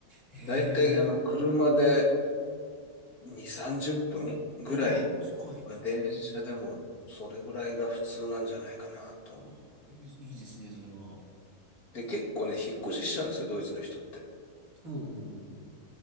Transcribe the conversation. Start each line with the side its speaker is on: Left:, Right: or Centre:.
Right: へえ。
Left: だいたい、あの、車でん2、30分ぐらい、
Right: ああ、近い。
Left: まあ電車でもそれぐらいが普通なんじゃないかなと思う。
Right: ああ、いいいですね、それは。
Left: で、結構ね、引っ越ししちゃうんですよ、ドイツの人って。
Right: ほうほうほうほう。